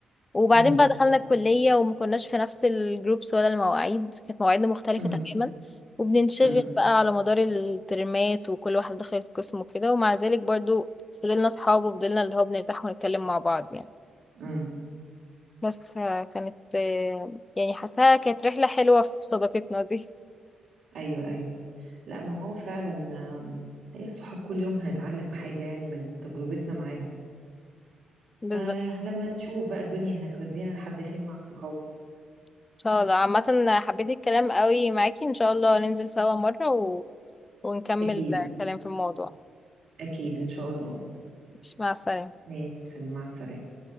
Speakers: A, on the left; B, on the right.
A: وبعدين
B: امم
A: بقى دخلنا الكلية وما كناش في نفس الجروبس ولا المواعيد كانت مواعيدنا مختلفة
B: امم
A: تماما وبننشغل
B: امم
A: بقى على مدار الترمات وكل واحد دخلت قسم وكده ومع ذلك برضو فضلنا صحاب وفضلنا اللي هو بنرتاح ونتكلم مع بعض يعني
B: امم
A: بس فكانت آه، يعني حاساها كانت رحلة حلوة في صداقتنا دي
B: ايوه ايوه لا ما هو فعلا آم، هي الصحاب كل يوم هنتعلم حاجة يعني من تجربتنا معاهم
A: بالظبط
B: فلما نشوف بقى الدنيا هتودينا لحد فين مع الصحاب
A: ان شاء الله عامة حبيت الكلام قوي معاكي ان شاء الله ننزل سوا مرة و... ونكمل
B: أكيد
A: الكلام في الموضوع
B: أكيد إن شاء الله
A: مش مع السلامة
B: ماشي مع السلامة